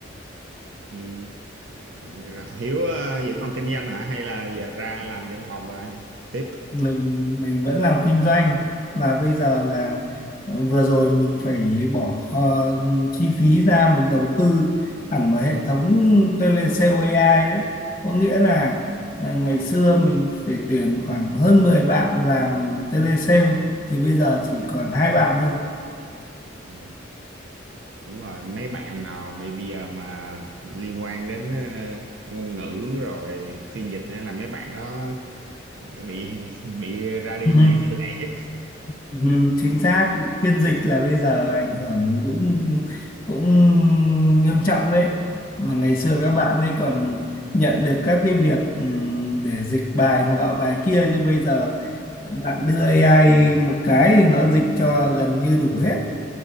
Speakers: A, on the right; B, on the left.
A: ừ. Rồi, Hiếu ờ, vẫn còn kinh doanh hả hay là giờ ra làm văn phòng rồi tiếp
B: mình mình vẫn làm kinh doanh mà bây giờ là ờ, vừa rồi mình phải bỏ ờ, chi phí ra mình đầu tư hẳn một hệ thống telesale AI đấy có nghĩa
A: ừ.
B: là ờ, ngày xưa mình phải tuyển khoảng hơn 10 bạn làm telesale thì bây giờ chỉ còn hai bạn thôi
A: Ừ. đúng rồi mấy bạn mà mày bây giờ mà liên quan đến ờ, ngôn ngữ rồi phiên dịch hay là mấy bạn đó bị <laughs> bị ra đi
B: Ừ.
A: nhiều nhà lẻ nhất
B: Ừ, chính xác phiên dịch là bây giờ ảnh hưởng cũng cũng nghiêm trọng đấy mà
A: Ừ.
B: ngày xưa các bạn ấy còn nhận được các cái việc ừm, để dịch bài nọ bài kia nhưng bây giờ bạn đưa AI một cái thì nó dịch cho gần như đủ hết